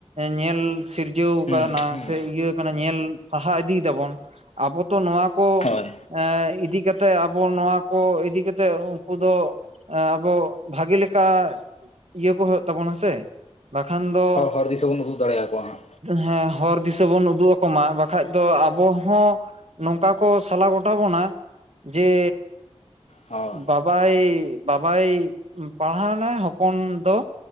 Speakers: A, on the right; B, on the left.
A: ᱧᱮᱞ ᱥᱤᱨᱡᱟᱹᱣ ᱟᱠᱟᱱᱟ
B: ᱦᱩᱸ ᱦᱩᱸ
A: ᱥᱮ ᱤᱭᱟᱹ ᱟᱠᱟᱱᱟ ᱧᱮᱞ ᱥᱟᱦᱟ ᱤᱫᱤᱭ ᱮᱫᱟᱵᱚᱱ ᱟᱵᱚ ᱛᱚ ᱱᱚᱣᱟ ᱠᱚ
B: ᱦᱳᱭ
A: ᱮ ᱤᱫᱤ ᱠᱟᱛᱮᱫ ᱟᱵᱚ ᱱᱚᱣᱟ ᱠᱚ ᱤᱫᱤ ᱠᱟᱛᱮᱫ ᱩᱱᱠᱩ ᱫᱚ ᱟᱵᱚ ᱵᱷᱟᱜᱤ ᱞᱮᱠᱟ ᱤᱭᱟᱹ ᱠᱚ ᱦᱩᱭᱩᱜ ᱛᱟᱵᱚᱱᱟ ᱥᱮ ᱵᱟᱠᱷᱟᱱ ᱫᱚ
B: ᱦᱚᱲ ᱦᱚᱨ ᱫᱤᱥᱟᱹ ᱵᱚᱱ ᱩᱫᱩᱜ ᱫᱟᱲᱮᱭᱟᱠᱚᱣᱟ ᱦᱟᱸᱜ
A: ᱦᱮᱸ ᱦᱚᱨ ᱫᱤᱥᱟᱹ ᱵᱚᱱ ᱩᱫᱩᱜ ᱟᱠᱚ ᱢᱟ ᱵᱟᱠᱷ ᱵᱟᱠᱷᱟᱡ ᱫᱚ ᱟᱵᱚ ᱦᱚᱸ ᱱᱚᱝᱠᱟ ᱠᱚ ᱥᱟᱞᱟ ᱜᱚᱴᱟ ᱵᱚᱱᱟ ᱡᱮ
B: ᱦᱳᱭ
A: ᱵᱟᱵᱟᱭ ᱵᱟᱵᱟᱭ ᱯᱟᱲᱦᱟᱣ ᱮᱱᱟᱭ ᱦᱚᱯᱚᱱ ᱫᱚ